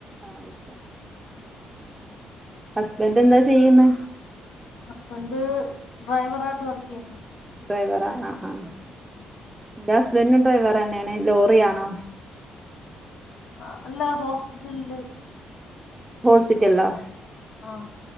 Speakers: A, on the right; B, on the left.
A: ആഹ് റീചാ
B: ഉം
A: ഹസ്ബന്റെന്താ ചെയ്യുന്നെ
B: ഹസ്ബന്റ് ഡ്രൈവറായിട്ട് വർക്കെയ്യുന്നു
A: ഡ്രൈവറാ ആഹ് ആഹ്
B: ആഹ്
A: എന്റെ ഹസ്ബന്റും ഡ്രൈവറന്നെയാണ് ലോറി ആണോ
B: ആ അല്ല ഹോസ്പിറ്റലില്
A: ഹോസ്പിറ്റലില്ലോ
B: ആഹ്